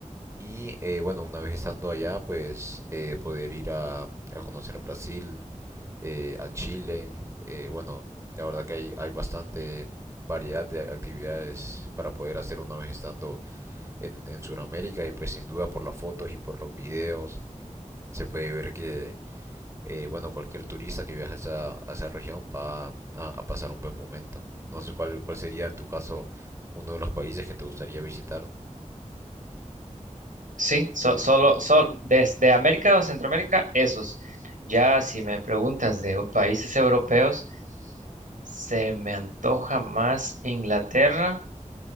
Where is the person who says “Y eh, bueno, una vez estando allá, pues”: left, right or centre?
Right